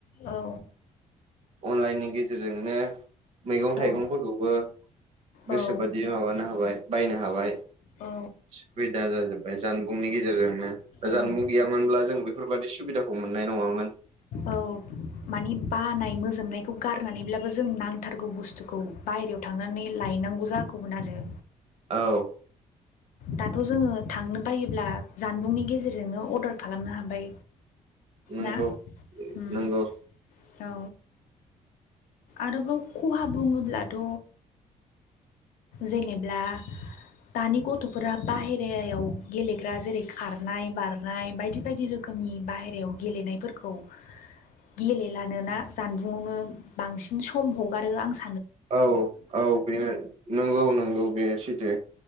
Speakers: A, on the left; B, on the right.
A: औ।
B: अनलाइननि गेजेरजोंनो मैगं थाइगंफोरखौबो।
A: औ
B: गोसोबादि
A: औ
B: माबानो हाबाय बायनो हाबाय
A: औ
B: सुबिदा जाजोब्बाय जान। मुंनि गेजेरजोंनो
A: औ
B: जानबुं गैयामोनब्ला जों बेफोरबादि सुबिदाखौ मोननाय नङामोन।
A: औ। माने बानाय मोजोबनायखौ गारनानैब्लाबो जों नांथारगौ बुस्थुखौ बायेरायाव थांनानै लाय नांगौ जागौमोन आरो।
B: औ।
A: दाथ' जोङो थांनो बायोब्ला जानबुंनि गेजेरजोंनो अर्डार खालामनो हाबाय
B: नंगौ
A: ना? ओम
B: नंगौ
A: औ आरोबाव खहा बुङोब्लाथ' जेनेब्ला दानि गथ'फोरा बाहेरायाव गेलेग्रा जेरै खारनाय बारनाय बायदि बायदि रोखो नि बाहेरायाव गेलेनायफोरखौ गेलेलानोना जानबुंङावनो बांसिन सम हगारो आं सा
B: औ औ बेनो। नंगौ नंगौ बे सैथो